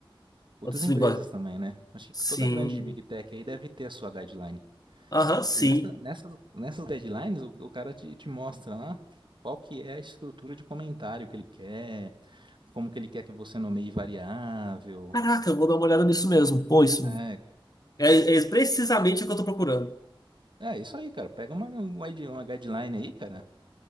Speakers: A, on the right; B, on the left.
A: outras
B: Outras
A: empresas
B: linguagens.
A: também, né? Acho
B: Sim.
A: que toda grande Big Tech aí deve ter a sua guideline.
B: Aham, sim.
A: E nessa, nessas nessas guidelines o, o cara te, te mostra lá qual que é a estrutura de comentário que ele quer, como que ele quer que você nomeie variável.
B: Caraca, eu vou dar uma olhada nisso mesmo. Pô, isso
A: É,
B: é, é precisamente o que eu tô procurando.
A: É isso aí, cara. Pega uma, uma guide- uma guideline aí, cara.